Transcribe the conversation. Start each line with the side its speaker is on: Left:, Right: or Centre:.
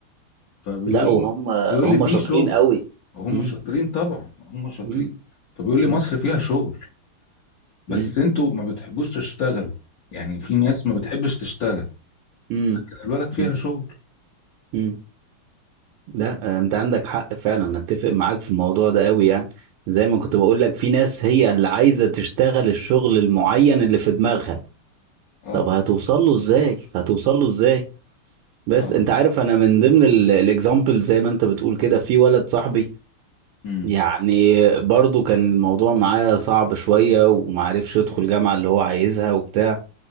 Left: فبيقول
Right: لا وهم
Left: لي بيقول
Right: هم
Left: لي في
Right: شاطرين
Left: <laughs> شغل
Right: قوي
Left: هم
Right: مم.
Left: شاطرين طبعا هم شاطرين
Right: مم.
Left: فبيقول لي
Right: مم.
Left: مصر فيها شغل بس
Right: مم.
Left: انتوا ما بتحبوش تشتغلوا يعني في ناس ما بتحبش تشتغل
Right: مم.
Left: لكن البلد فيها
Right: مم.
Left: شغل
Right: مم. لا انت عندك حق فعلا أنا اتفق معاك في الموضوع ده قوي يعني زي ما كنت بقول لك في ناس هي اللي عايزة تشتغل الشغل المعين اللي في دماغها
Left: اه
Right: طب هتوصل له ازاي هتوصل له ازاي بس
Left: اه
Right: انت عارف انا من ضمن الاكزامبل زي ما انت بتقول كده في ولد صاحبي
Left: امم
Right: يعني برضو كان الموضوع معاه صعب شوية ومعرفش يدخل جامعة اللي هو عايزها وبتاع